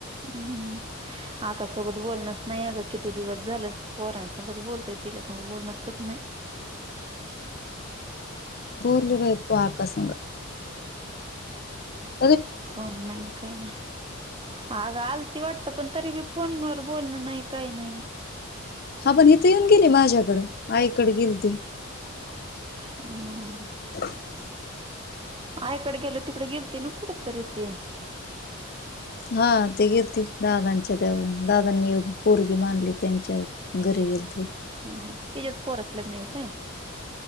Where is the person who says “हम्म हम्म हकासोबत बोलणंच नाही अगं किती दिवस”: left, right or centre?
Right